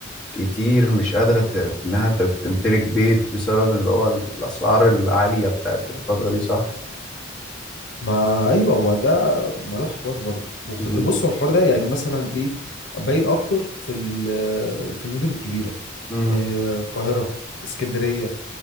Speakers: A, in the centre; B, on the left.
A: كتير مش قادرة ت- إنها ت- تمتلك بيت بسبب اللي هو الأسعار العالية بتاعت الفترة دي صح؟
B: ما ايوه هو ده ما ده حوار برضه وخ-
A: مم.
B: بص هو الحوار ده يعني مثلا ايه باين اكتر في ال- في المدن الكبيره
A: مم.
B: آه، القاهره اسكندريه